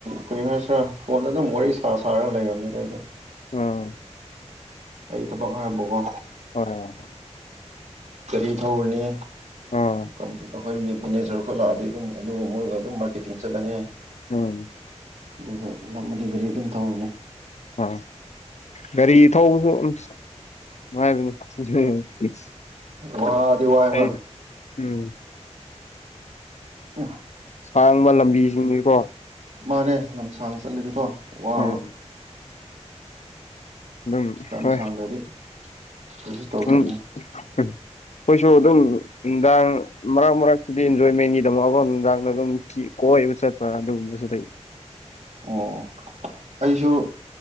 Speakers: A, on the right; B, on the left.
A: ꯀꯔꯤ ꯍꯥꯏꯁꯤꯔꯥ ꯐꯣꯟꯗ ꯑꯗꯨꯝ ꯋꯥꯔꯤ ꯁꯥ ꯁꯥꯔꯒ ꯂꯩꯔꯝꯅꯤꯗ ꯑꯩꯗꯤ
B: <unintelligible>
A: ꯑꯩ ꯊꯕꯛ ꯍꯥꯏꯕꯨꯀꯣ꯫
B: <unintelligible>
A: ꯒꯔꯤ ꯊꯧꯔꯅꯤ
B: ꯑꯥ
A: ꯑꯝ ꯑꯈꯣꯏꯒꯤ ꯃꯦꯅꯦꯖꯔ ꯈꯣꯏ ꯂꯛꯑꯗꯤ ꯑꯗꯨꯝ ꯑꯗꯨꯒ ꯃꯣꯏꯒ ꯑꯗꯨꯝ ꯃꯥꯔꯀꯦꯠ ꯇꯤꯡ ꯆꯠꯂꯅꯤ
B: ꯎꯝ
A: ꯑꯗꯨꯒ ꯅꯝꯃꯗꯤ ꯒꯔꯤ ꯑꯗꯨꯝ ꯊꯧꯔꯅꯤ꯫
B: ꯑ ꯒꯥꯔꯤ ꯊꯧꯕꯖꯨ ꯑꯝꯁ <unintelligible>
A: ꯋꯥꯗꯤ ꯋꯥꯥꯏ
B: ꯑꯩ
A: ꯍꯣꯏ
B: ꯎꯝ
A: ꯑꯦ
B: ꯁꯥꯡꯕ ꯂꯝꯕꯤꯖꯤꯡꯗꯤꯀꯣ
A: ꯃꯥꯅꯦ ꯂꯝ ꯁꯥꯡ ꯆꯠꯂꯗꯤꯀꯣ ꯋꯥꯕ
B: ꯎꯝ ꯑꯗꯨꯝ
A: ꯂꯝ
B: ꯍꯣꯏ
A: ꯁꯥꯡꯗ꯭ꯔꯗꯤ ꯀꯩꯁꯨ ꯇꯧꯗꯕꯅꯤ
B: ꯎꯝ ꯎꯝ ꯈꯣꯏꯁꯨ ꯑꯗꯨꯝ ꯅꯨꯡꯗꯥꯡ ꯃꯔꯥꯛ ꯃꯔꯥꯛꯇꯗꯤ ꯏꯟꯖꯣꯏꯃꯦꯟꯒꯤꯗꯃꯛꯀꯣ ꯅꯨꯡꯗꯥꯡꯗ ꯑꯗꯨꯝ ꯀꯤ ꯀꯣꯏꯕ ꯆꯠꯄ ꯑꯗꯨꯒꯨꯝꯕꯁꯨ ꯂꯩ꯫
A: ꯑꯣ ꯑꯩꯁꯨ